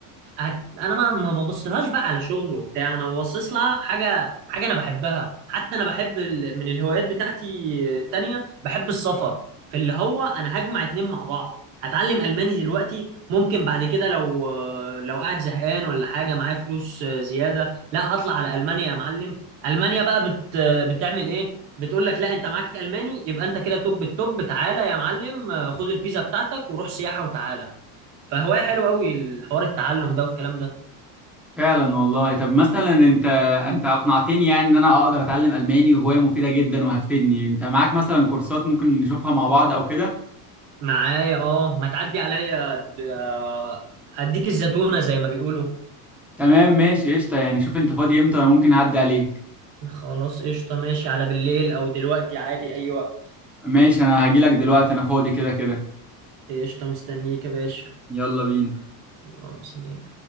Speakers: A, on the right (about 80°); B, in the centre.
A: هت... انا ما ما ببصلهاش بقى على شغل وبتاع انا ببصص لها حاجه حاجه انا بحبها حتى انا بحب ال... من الهوايات بتاعتي التانية بحب السفر في اللي هو انا هجمع اتنين مع بعض هتعلم الماني دلوقتي ممكن بعد كده لو لو قاعد زهقان ولا حاجه معايا فلوس زياده لا هطلع على المانيا يا معلم المانيا بقى بت... بتعمل ايه بتقول لك لا انت معاك الماني يبقى انت كده توب التوب تعالى يا معلم خد الفيزا بتاعتك وروح سياحه وتعالى فهواية حلو قوي الحوار التعلم ده والكلام ده
B: فعلا والله طب مثلا انت انت اقنعتني يعني ان انا اقدر اتعلم الماني وهواية مفيدة جدا وهتفيدني انت معاك مثلا كورسات ممكن نشوفها مع بعض او كده
A: معايا اه ما تعدي عليا أد- آه، اديك الزتونة زي ما بيقولوا
B: تمام ماشي قشطة يعني شوف انت فاضي امتى انا ممكن اعدي عليك
A: خلاص قشطة ماشي على بالليل او دلوقتي عادي اي وقت
B: ماشي انا هجيلك دلوقتي انا فاضي كده كده
A: قشطة مستنيك يا باشا
B: يلا بينا
A: يلا سلام